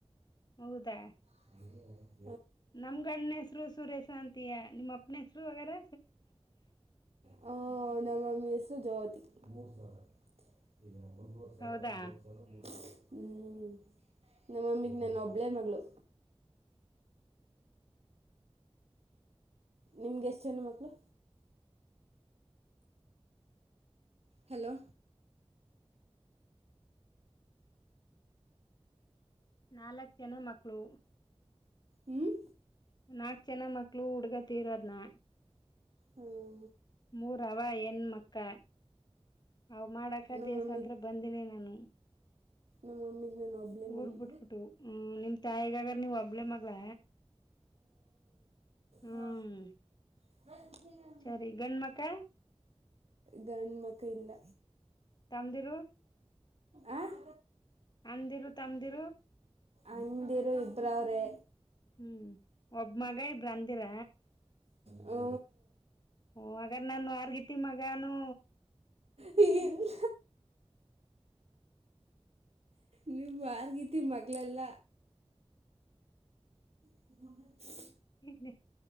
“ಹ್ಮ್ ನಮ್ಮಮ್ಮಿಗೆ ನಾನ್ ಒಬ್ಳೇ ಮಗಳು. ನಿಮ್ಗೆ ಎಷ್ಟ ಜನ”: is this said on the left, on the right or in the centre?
Right